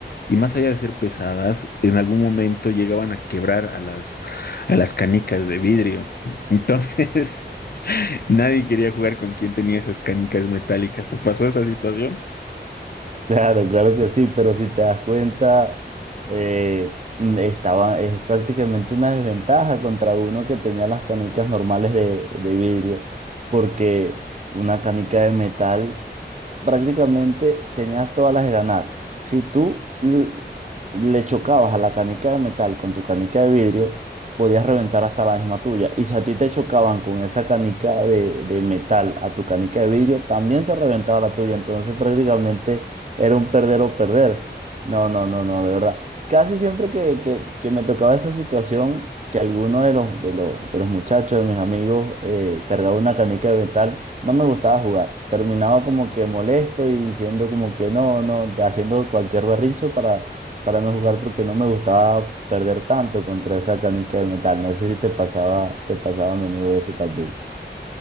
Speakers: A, on the left; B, on the right.
A: y más allá de ser pesadas, en algún momento llegaban a quebrar a las, a las canicas de vidrio. Entonces, <laughs> nadie quería jugar con quien tenía esas canicas metálicas. ¿Te pasó esa situación?
B: Claro, claro que sí, pero si te das cuenta, eh, mm, estaba, es prácticamente una desventaja contra uno que tenía las canicas normales de, de vidrio, porque una canica de metal prácticamente tenías todas las de ganar. Si tú l- le chocabas a la canica de metal con tu canica de vidrio, podías reventar hasta la misma tuya. Y si a ti te chocaban con esa canica de, de metal a tu canica de vidrio, también se reventaba la tuya. Entonces prácticamente era un perder o perder. No, no, no, no, de verdad. Casi siempre que, que, que me tocaba esa situación, que alguno de los, de los, de los muchachos, de mis amigos, eh, cargaba una canica de metal, no me gustaba jugar. Terminaba como que molesto y diciendo como que no, no, de- haciendo cualquier berrincho para, para no jugar porque no me gustaba perder tanto contra esa canica de metal. No sé si te pasaba, te pasaba a menudo eso también.